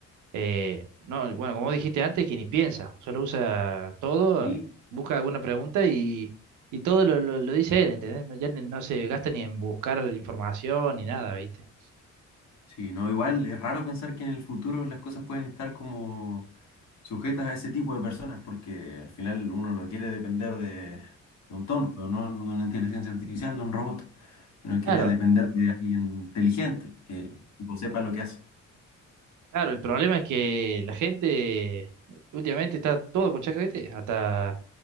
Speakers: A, on the right (about 80°); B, on the left (about 65°).
A: eh, no, bueno, como dijiste antes, que ni piensa, solo usa todo,
B: sí
A: busca alguna pregunta y, y todo lo, lo, lo dice él, ¿entendés? No, ya ni- no se gasta ni en buscar información ni nada, ¿viste?
B: Sí, no, igual es raro pensar que en el futuro las cosas pueden estar como sujetas a ese tipo de personas, porque al final uno no quiere depender de, de un tonto, ¿no? No De una inteligencia artificial, de un robot. Uno quiere
A: Claro,
B: depender de alguien inteligente que tipo, sepa lo que hace.
A: Claro, el problema es que la gente últimamente está todo con ChatGPT, hasta